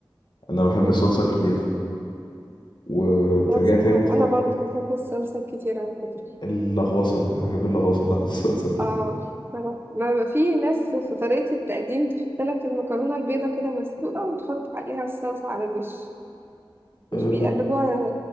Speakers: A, on the left; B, on the right.
A: أنا بحب
B: مم.
A: الصلصة كتير وبترجعي
B: بس آه،
A: تاني تحط
B: انا برضو بحب الصلصة كتير على فكرة
A: اللغوصة أنا بحب اللغوصة بتاعة <laughs> الصلصة دي
B: اه صراحة. ما ما في ناس في طريقة التقديم تحط لك المكرونة البيضة كده مسلوقة وتحط عليها الصلصة على الوش مش
A: أه،
B: بيقلبوها